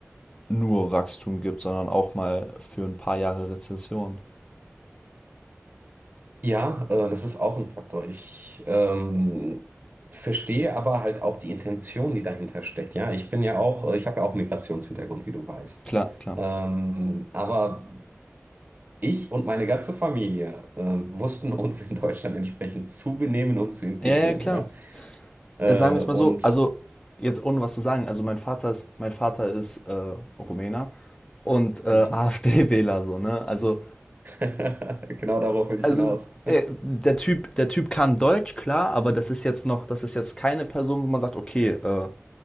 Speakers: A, on the left (about 20°); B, on the right (about 40°).
A: nur Wachstum gibt, sondern auch mal für ein paar Jahre Rezession.
B: Ja, äh, das ist auch ein Faktor. Ich ähm, verstehe aber halt auch die Intention, die dahinter steckt. Ja, ich bin ja auch, äh, ich habe ja auch Migrationshintergrund, wie du weißt.
A: Klar, klar.
B: Ähm, aber ich und meine ganze Familie äh, wussten uns in Deutschland entsprechend zu benehmen und zu integrieren.
A: Ja, ja, klar.
B: Ja, äh,
A: Äh, Sagen wir es
B: und
A: mal so, also jetzt ohne was zu sagen, also mein Vater ist, mein Vater ist äh, Rumäner und äh, <laughs>
B: mhm.
A: AfD-Wähler so, ne? Also,
B: <laughs> genau darauf will ich
A: also
B: hinaus.
A: äh, der Typ, der Typ kann Deutsch, klar, aber das ist jetzt noch, das ist jetzt keine Person, wo man sagt, okay, äh,